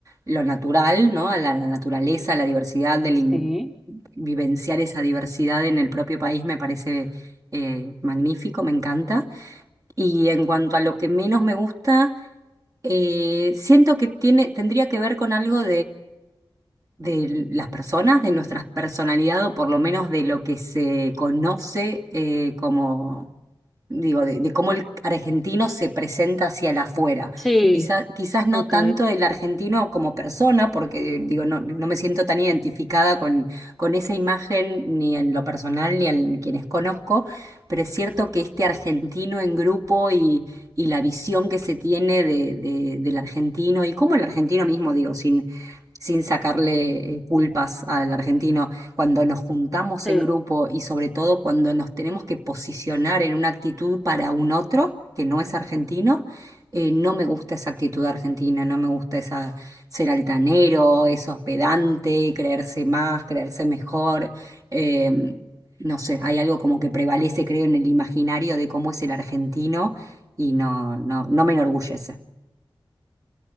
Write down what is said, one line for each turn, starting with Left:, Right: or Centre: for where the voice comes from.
Right: lo natural, ¿no? A la, la naturaleza, a la diversidad, del, in-
Centre: Sí,
Right: vivenciar esa diversidad en el propio país me parece eh, magnífico, me encanta. Y en cuanto a lo que menos me gusta, eh, siento que tiene, tendría que ver con algo de las personas, de nuestra personalidad o por lo menos de lo que se conoce eh, como digo, de, de cómo el argentino se presenta hacia el afuera.
Centre: sí,
Right: Quizá- quizás no
Centre: ok,
Right: tanto el argentino como persona, porque digo, no, no me siento tan identificada con, con esa imagen, ni en lo personal, ni en quienes conozco, pero es cierto que este argentino en grupo y, y la visión que se tiene de, de- del argentino y cómo el argentino mismo, digo, sin... sin sacarle eh, culpas al argentino cuando nos juntamos
Centre: sí,
Right: en grupo y sobre todo cuando nos tenemos que posicionar en una actitud para un otro que no es argentino, eh, no me gusta esa actitud argentina, no me gusta esa ser altanero, eso pedante, creerse más, creerse mejor. eh, no sé, hay algo como que prevalece, creo, en el imaginario de cómo es el argentino y no, no, no me enorgullece.